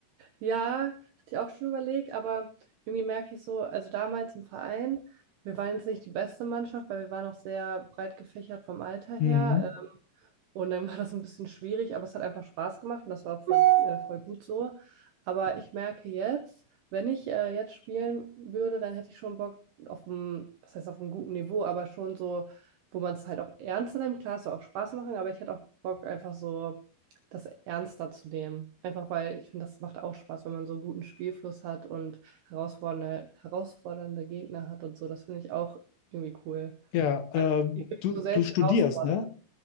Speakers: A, on the right; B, on the left.
A: Ja, hatte ich auch schon überlegt, aber irgendwie merke ich so, also damals im Verein, wir waren jetzt nicht die beste Mannschaft, weil wir waren auch sehr breit gefächert vom Alter her.
B: Mhm.
A: Und dann war das ein bisschen schwierig, aber es hat einfach Spaß gemacht und das war voll, äh, voll gut so. Aber ich merke jetzt, wenn ich äh, jetzt spielen würde, dann hätte ich schon Bock auf einem, was heißt auf einem guten Niveau, aber schon so, wo man es halt auch ernster nimmt. Klar, es soll auch Spaß machen, aber ich hätte auch Bock, einfach so das ernster zu nehmen. Einfach weil ich finde, das macht auch Spaß, wenn man so einen guten Spielfluss hat und herausfordernde, herausfordernde Gegner hat und so. Das finde ich auch irgendwie cool.
B: Ja, ähm,
A: Ich will mich
B: du,
A: so selbst
B: du studierst,
A: herausfordern.
B: ne?